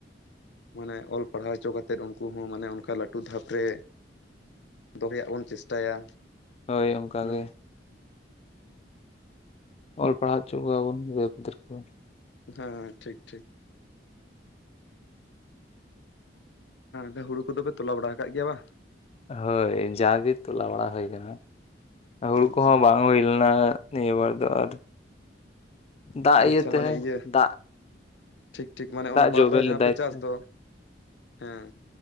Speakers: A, on the left; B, on the left.
A: ᱢᱟᱱᱮ ᱚᱞ ᱯᱟᱲᱦᱟᱣ ᱦᱚᱪᱚ ᱠᱟᱛᱮᱫ ᱩᱱᱠᱩ ᱦᱚᱸ ᱢᱟᱱᱮ ᱚᱱᱠᱟ ᱞᱟᱹᱴᱷᱩ ᱫᱷᱟᱯ ᱨᱮ ᱫᱚᱦᱚᱭᱟᱜ ᱵᱚᱱ ᱪᱮᱥᱴᱟᱭᱟ
B: ᱦᱳᱭ ᱚᱝᱠᱟ
A: ᱦᱩᱸ
B: ᱜᱮ ᱚᱞ ᱯᱟᱲᱦᱟᱣ ᱦᱚᱪᱚ ᱠᱚᱣᱟ ᱵᱚᱱ ᱜᱤᱫᱟᱹᱨ ᱯᱤᱫᱟᱹᱨ ᱠᱚ᱾
A: ᱦᱮᱸ ᱴᱷᱤᱠ ᱴᱷᱤᱠ ᱦᱮᱸ ᱦᱩᱲᱩ ᱠᱚᱫᱚ ᱯᱮ ᱛᱚᱞᱟ ᱵᱟᱲᱟ ᱟᱠᱟᱫ ᱜᱮᱭᱟ ᱵᱟᱝ?
B: ᱦᱳᱭ ᱡᱟ ᱜᱮ ᱛᱚᱞᱟ ᱵᱟᱲᱟ ᱦᱩᱭ ᱠᱟᱱᱟ ᱦᱩᱲᱩ
A: ᱟᱪᱪᱷᱟ
B: ᱠᱚ ᱦᱚᱸ ᱵᱟᱝ ᱦᱩᱭ ᱞᱮᱱᱟ ᱱᱤᱭᱟᱹ ᱵᱟᱨ ᱫᱚ ᱟᱨ ᱫᱟᱜ
A: ᱟᱪᱪᱷᱟ
B: ᱤᱭᱟᱹ ᱛᱮ
A: ᱢᱟᱱᱮ ᱤᱭᱟᱹ
B: ᱫᱟᱜ
A: ᱴᱷᱤᱠ ᱴᱷᱤᱠ ᱢᱟᱱᱮ
B: ᱫᱟᱜ
A: ᱚᱱᱟ ᱵᱟᱨ
B: ᱡᱚᱵᱮ
A: ᱫᱷᱟᱣ ᱡᱟᱦᱟᱸ
B: ᱞᱮᱫᱟᱭ
A: ᱯᱮ ᱪᱟᱥ
B: ᱛᱚ
A: ᱫᱚ ᱦᱮᱸ